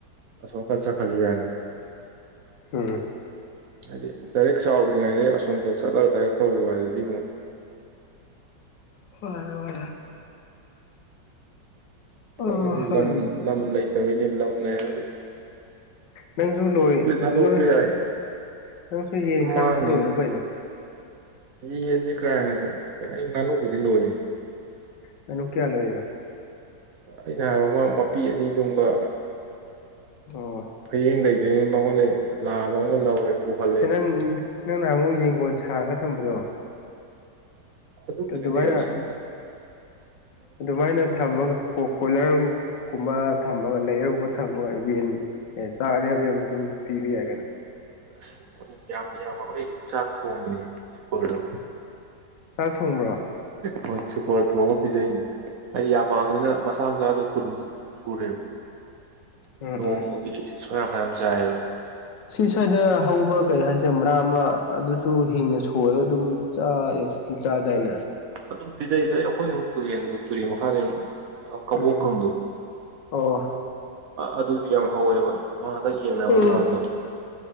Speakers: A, on the right; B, on the left.
A: ꯑꯁꯣꯝꯀ ꯆꯠꯈ꯭ꯔꯁꯤ ꯍꯥꯏꯅ
B: ꯎꯝ
A: ꯍꯥꯏꯗꯤ ꯗꯥꯏꯔꯦꯛ ꯆꯥꯎꯗ꯭ꯔꯤꯉꯩꯗꯩ ꯑꯁꯣꯝꯗ ꯆꯠꯂꯒ ꯗꯥꯏꯔꯦꯛ ꯇꯧꯕ ꯍꯥꯏꯗꯨꯗꯤ ꯑꯃꯨꯛ
B: <unintelligible> ꯑꯥ
A: ꯑꯩꯈꯣꯏ
B: ꯍꯪ
A: ꯂꯝ ꯂꯝ ꯂꯩꯇꯕꯩꯅꯦꯕ ꯂꯝ ꯂꯩꯔꯗꯤ
B: ꯅꯪꯁꯨ ꯂꯣꯏ
A: ꯊꯥꯗꯣꯛꯄ
B: ꯅꯣꯏ
A: ꯌꯥꯏ
B: ꯅꯪꯁꯨ ꯌꯦꯟ
A: ꯑꯗꯨꯝ
B: ꯈꯔꯃꯨꯛ
A: ꯃꯥꯡꯅꯤꯅꯦ
B: ꯂꯣꯏꯔꯣ ꯀꯩꯅꯣ
A: ꯌꯦꯟꯁꯦ ꯀꯔ ꯍꯥꯏꯅꯣ ꯑꯩ ꯉꯥꯅꯨꯕꯨꯗꯤ ꯂꯣꯏꯔꯤꯅꯦ
B: ꯃꯅ ꯀꯌꯥꯜ ꯑꯣꯏꯌꯦꯕ
A: ꯑꯩꯅ ꯍꯥꯏꯕ ꯑꯃ ꯃꯄꯤ ꯑꯅꯤꯗꯨꯕ
B: ꯑꯣ
A: ꯍꯌꯦꯡꯗꯒꯤꯩꯗꯤ ꯃꯉꯣꯟꯗꯒꯤꯩ ꯂꯥꯕ ꯑꯃꯒ ꯂꯧꯔꯦ ꯄꯨꯍꯜꯂꯦ
B: ꯎꯝ ꯅꯪ ꯅꯍ ꯑꯃꯨꯛ ꯌꯦꯡꯒꯣꯟ ꯁꯥꯔꯒ ꯊꯝꯕꯗꯣ
A: ꯑꯗꯨꯒꯤꯗꯨꯗꯤ
B: ꯑꯗꯨꯃꯥꯏꯅ
A: ꯑꯁꯗꯤ
B: ꯑꯗꯨꯃꯥꯏꯅ ꯊꯝꯃꯒ ꯀꯣ ꯀꯣꯂꯔ ꯨꯝꯕ ꯊꯝꯃꯒ ꯂꯩꯌꯔꯒꯨꯝꯕ ꯊꯝꯃꯒ ꯌꯦꯟ ꯑꯦ ꯆꯥꯛ ꯑꯔꯦꯝꯕꯅꯝꯗ ꯑꯗꯨꯝ ꯄꯤꯕ ꯌꯥꯏꯒꯩꯅꯣ
A: ꯑꯁ ꯃꯣꯏ ꯌꯥꯝ ꯌꯥꯝ ꯑꯩꯛ ꯆꯥꯛ ꯊꯣꯡꯉꯤꯅꯦꯄꯜꯗꯣ
B: ꯆꯥꯛ ꯊꯣꯡꯕ꯭ꯔꯣ
A: ꯍꯣꯏ ꯁꯨꯄꯔ ꯊꯣ ꯑꯃ ꯄꯤꯖꯩꯅꯦ ꯑꯩ ꯌꯥꯝꯃꯛꯑꯕꯅꯤꯅ ꯃꯆꯥ ꯃꯆꯥꯗꯣ ꯀꯨꯟꯃꯨꯛ ꯁꯨꯔꯦꯕ
B: ꯎꯝ
A: ꯅꯣꯡꯃꯒꯤ
B: ꯎꯝ
A: ꯁꯣꯔꯥ ꯃꯌꯥꯝ ꯆꯥꯏꯌꯦꯕ
B: ꯁꯤ ꯁ꯭ꯋꯥꯏꯗ ꯍꯧꯕ ꯀꯩ ꯍꯥꯏꯁꯦ ꯃꯅꯥ ꯑꯃ ꯑꯗꯨꯁꯨ ꯍꯤꯡꯅ ꯁꯣꯏꯔꯒ ꯑꯗꯨꯝ ꯆ ꯌꯦ ꯆꯥꯗꯥꯏꯅꯦ
A: ꯑꯗꯨꯝ ꯄꯤꯖꯩꯖꯩ ꯑꯩꯈꯣꯏꯅꯃꯨꯛ ꯇꯨꯔꯦꯟꯗꯣ ꯇꯨꯔꯦꯟ ꯃꯈꯥꯗꯨ ꯀꯕꯣꯛꯀꯪꯗꯣ
B: ꯎꯝ ꯑꯣ
A: ꯑꯗꯨꯗꯤ ꯌꯥꯝ ꯍꯧꯋꯦꯕ ꯍꯟꯗꯛ ꯌꯦꯡꯅꯕ
B: ꯎꯝ
A: ꯃꯌꯥꯝꯗꯣ